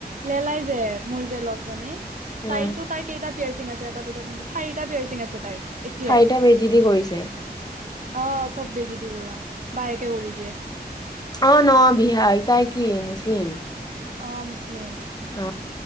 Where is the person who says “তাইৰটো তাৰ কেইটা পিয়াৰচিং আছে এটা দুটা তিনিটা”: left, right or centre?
Right